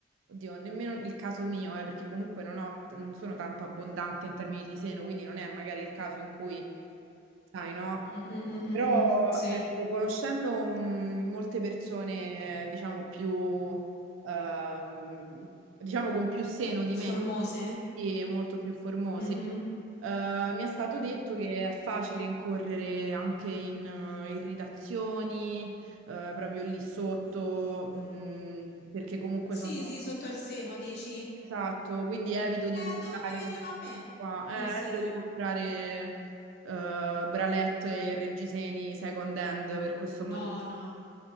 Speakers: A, on the right; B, on the left.
A: oddio, nemmeno il caso mio, eh, perché comunque non ho, non sono tanto abbondante in termini di seno, quindi non è magari il caso in cui, sai, no?
B: mm, mm, mm, mm,
A: Però,
B: mm. Sì,
A: ecco, conoscendo, mh, molte persone, eh, diciamo, più ehm, diciamo con più seno di
B: formose.
A: me e molto più formose.
B: Mhm.
A: Eh, mi è stato detto che è facile incorrere anche in eh, irritazioni, eh, proprio lì sotto, mh, perché comunque
B: Sì,
A: sono...
B: sì, sotto il seno dici, eh,
A: Esatto, quindi evito di comprare
B: dove mi veniva
A: queste
B: a me?
A: cose qua,
B: Considera.
A: eh, evito di comprare eh, bralette e reggiseni second hand per questo
B: No,
A: motivo.
B: no,